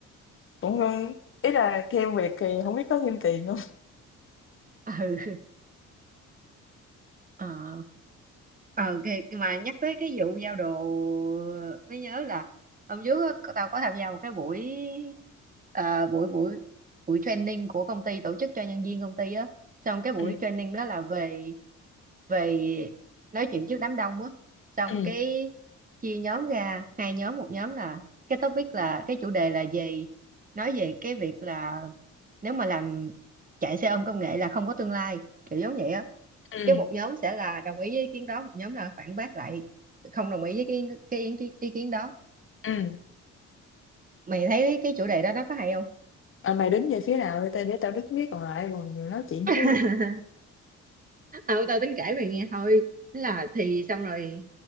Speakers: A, on the left; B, on the right.
A: cũng, ơ, ý là theo việc thì hổng biết có thêm tiền hông?
B: ừ ờ ờ cái, cái mà nhắc tới cái vụ giao đồ mới nhớ là hôm trước á, có- tao có tham gia một cái buổi ờ, buổi buổi buổi training của công ty tổ chức cho nhân viên công ty á xong cái buổi
A: Ừm,
B: training đó là về về nói chuyện trước đám đông á xong
A: ừm,
B: cái chia nhóm ra hai nhóm một nhóm là cái topic là cái chủ đề là về nói về cái việc là nếu mà làm chạy xe ôm công nghệ là không có tương lai kiểu giống vậy á
A: ừm,
B: cái một nhóm sẽ là đồng ý với ý kiến đó một nhóm là phản bác lại không đồng ý với cái cái ý, cái ý kiến đó
A: ừm,
B: mày thấy cái chủ đề đó nó có hay không
A: "Ờ, mày đứng về phía nào đi tao để tao biết biết, còn lại còn nói chuyện chứ."
B: <laughs> ừ, tao tính kể mày nghe thôi Thế là thì xong rồi